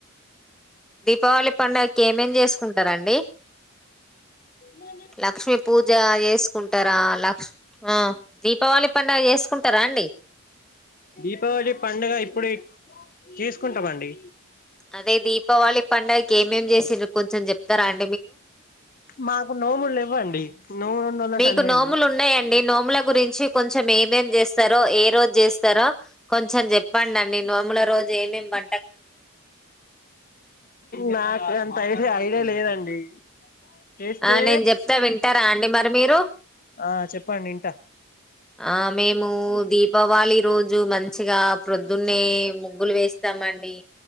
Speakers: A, in the centre; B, on the left.
A: దీపావళి పండక్కి ఏమేం చేసుకుంటారంండి
B: మన
A: లక్ష్మీ పూజ చేసుకుంటారా లక్ష్ ఆ దీపావళి పండగ చేసుకుంటారా అండి
B: దీపావళి పండగ ఇప్పుడి చేసుకుంటామండి
A: అదే దీపావళి పండగకి ఏమేం చేసిర్రు కొంచెం చెప్తారా అ
B: మాకు నోములు లెవ్వండి నోములు ఉన్నోళ్ళకి
A: మీకు
B: అడగండి
A: నోములు ఉన్నాయండి నోముల గురించి కొంచెం ఏమేం చేస్తరో ఏ రోజు చేస్తరో కొంచెం చెప్పండి అండి నోముల రోజు ఏమేం వం
B: నాక్ గంత ఐడియ ఐడియా లేదండి చేస్తే
A: ఆ నేను చెప్తా వింటరా అండి మరి మీరు
B: ఆ చెప్పండి ఇంట
A: ఆ మేము దీపావళి రోజు మంచిగా ప్రొద్దున్నే ముగ్గులు వేస్తామండి.